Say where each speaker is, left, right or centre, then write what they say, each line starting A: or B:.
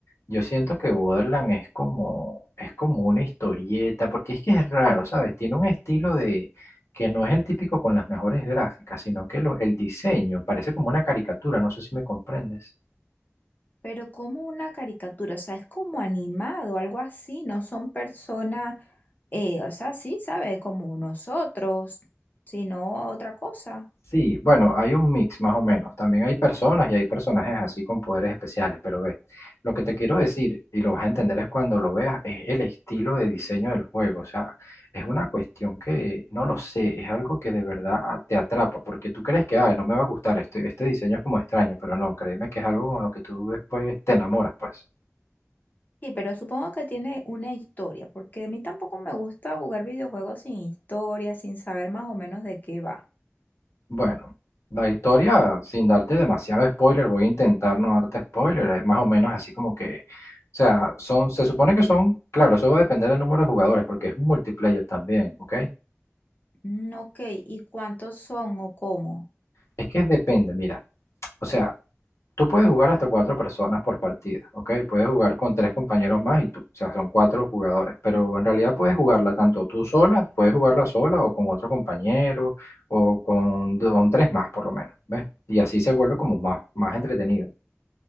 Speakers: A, on the left; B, on the left.
A: Yo siento que Borderlands es como, es como una historieta, porque es que es raro, ¿sabes? Tiene un estilo de que no es el típico con las mejores gráficas, sino que lo- el diseño parece como una caricatura, no sé si me comprendes.
B: Pero como una caricatura, o sea, es como animado, algo así, no son personas, eh, o sea, sí, ¿sabes? Como nosotros, sino otra cosa.
A: Sí, bueno, hay un mix más o menos. También hay personas y hay personajes así con poderes especiales, pero ve, lo que te quiero decir, y lo vas a entender es cuando lo veas, es el estilo de diseño del juego. O sea, es una cuestión que, no lo sé, es algo que de verdad ah, te atrapa, porque tú crees que, ah, no me va a gustar, este, este diseño es como extraño, pero no, créeme que es algo con lo que tú después te enamoras, pues.
B: Sí, pero supongo que tiene una historia, porque a mí tampoco me gusta jugar videojuegos sin historia, sin saber más o menos de qué va.
A: Bueno, la historia, sin darte demasiado spoiler, voy a intentar no darte spoiler, es más o menos así como que, o sea, son, se supone que son, claro, eso va a depender del número de jugadores, porque es multiplayer también, ¿ok?
B: Mm, ok, ¿y cuántos son o cómo?
A: Es que depende, mira, o sea, tú puedes jugar hasta cuatro personas por partida, ¿ok? Puedes jugar con tres compañeros más y tú, o sea, son cuatro jugadores, pero en realidad puedes jugarla tanto tú sola, puedes jugarla sola o con otro compañero o con, con tres más por lo menos, ¿ves? Y así se vuelve como más, más entretenido.